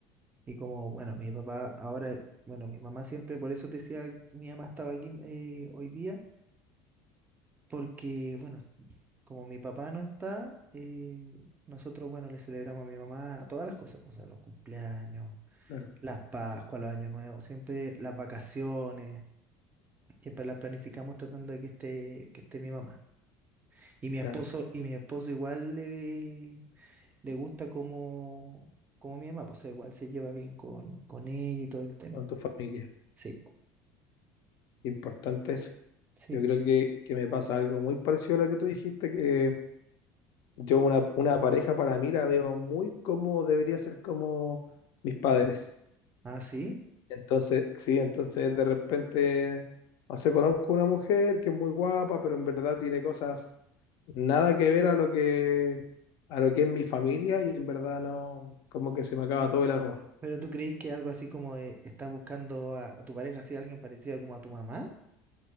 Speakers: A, on the right; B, on the left.
A: Y como, bueno, mi papá ahora, bueno, mi mamá siempre, por eso te decía, mi mamá estaba aquí eh, hoy día, porque, bueno, como mi papá no está, eh, nosotros, bueno, le celebramos a mi mamá a todas las cosas, pues, a los cumpleaños,
B: Claro,
A: las Pascuas, los Años Nuevos, siempre las vacaciones, siempre las planificamos tratando de que esté, que esté mi mamá. Y mi
B: claro.
A: esposo, y mi esposo igual le, le gusta como, como mi mamá, pues, o sea, igual se lleva bien con, con ella y todo el tema.
B: Con tu familia.
A: Sí.
B: Importante eso.
A: Sí,
B: Yo creo que, que me pasa algo muy parecido a lo que tú dijiste, que Yo una, una pareja para mí la veo muy como debería ser como mis padres.
A: Ah, sí.
B: Entonces, sí, entonces de repente, no sé, conozco una mujer que es muy guapa, pero en verdad tiene cosas nada que ver a lo que a lo que es mi familia y en verdad no, como que se me acaba
A: Pero,
B: todo el amor.
A: pero tú crees que algo así como de estás buscando a, a tu pareja, así alguien parecida como a tu mamá?